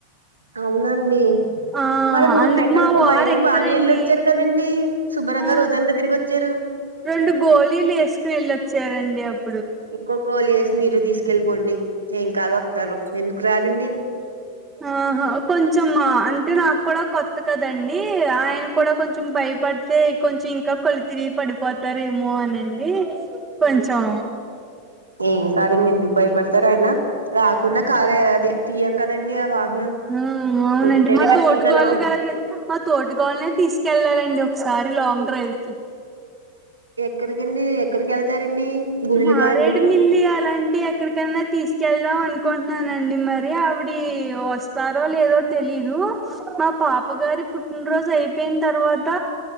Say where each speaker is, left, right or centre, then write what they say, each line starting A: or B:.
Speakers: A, on the right (about 80°); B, on the right (about 15°).
A: అవునండీ
B: ఆ
A: మరి మొన్న
B: అందుకు
A: ఎక్కడికో
B: మా వారు
A: బయటికి
B: ఎక్కరండి
A: బానే ఎళ్ళొచ్చారు వెళ్లారు కదండి శుభ్రంగా
B: ఆ
A: రోజంతా తిరిగి వచ్చారు
B: రెండు గోలీలు వేసుకుని వెల్లోచ్చారండి అబ్
A: ఇంకో గోలి ఎసి మీరు తీసుకెళ్ళిపోండి ఏం కాదు వస్తారు ఎందుకు రారండి.
B: ఆహా కొంచెం అంటే నాకు కూడా కొత్త కదండి ఆయన కూడా కొంచెం భయపడితే కొంచెం ఇంకా కళ్లు తిరిగి పడిపోతారేమో అనండి కొంచెం
A: ఏం కాదండి ఎందుకు భయపడతారు ఆయన రాకుండా కారే అదే తీయం కదండీ ఆ వాహనం
B: ఆ అవునండి
A: వత్తేనే
B: మా
A: కదా
B: తోటుకోళ్ళ
A: తీయగలం
B: గలగ మా తోటి కోడల్ని తీసుకెళ్ళానండి ఒకసారి లాంగ్ డ్రైవ్ కి
A: ఎక్కడికండి ఎక్కడికి వెళ్తారండి గుళ్ళకా
B: మారేడుమిల్లి
A: అండి
B: అలాంటి ఎక్కడికన్నా తీసుకెళ్దాం అనుకుంటున్నానండి మరి ఆవిడి వస్తారో లేదో తెలీదు. మా పాప పాపగారి పుట్టినరోజు అయిపోయిన తర్వాత,